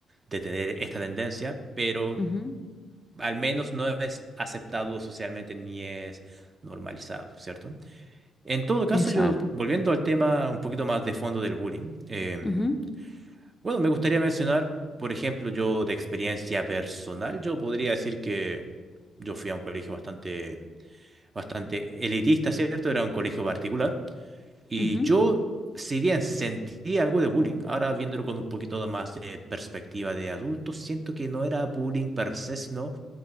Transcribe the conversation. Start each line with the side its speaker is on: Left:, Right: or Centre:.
Right: detener esta tendencia, pero
Left: Ujú,
Right: al menos no es aceptado socialmente ni es normalizado, ¿cierto? En todo caso,
Left: Exacto.
Right: yo, volviendo al tema un poquito más de fondo del bullying, eh,
Left: Ujú,
Right: bueno, me gustaría mencionar, por ejemplo, yo de experiencia personal, yo podría decir que yo fui a un colegio bastante, bastante elitista, ¿cierto? Era un colegio particular y
Left: ujú,
Right: yo, si bien sentí algo de bullying, ahora viéndolo con un poquito más de perspectiva de adulto, siento que no era bullying per se, sino